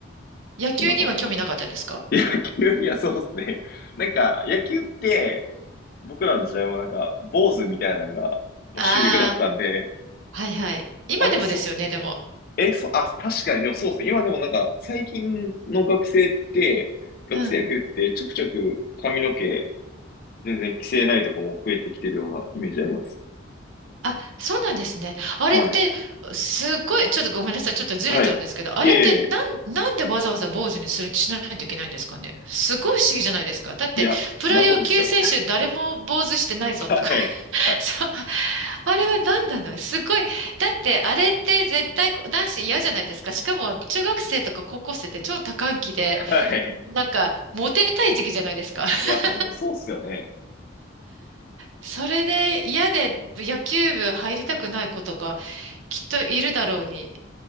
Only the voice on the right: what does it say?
野球には興味なかったですか
ああー、はいはい。今でもですよね、
でも。
うん。
あ、そうなんですね。あれって、
すっごい、ちょっとごめんなさい。ちょっとずれちゃうんですけど、
あれって、
なん、なんでわざわざ坊主にする、しないといけないんですかね。すごい不思議じゃないですか。だって、
プロ野球選手誰も坊主してないぞとか。
<laughs>
そう。あれは何なのすごい。だって、あれって絶対こう男子嫌じゃないですか。しかも、中学生とか高校生って超多感期で、
なんか、モテたい時期じゃないですか。<laughs>
それで嫌で野球部入りたくない子とか、きっといるだろうに。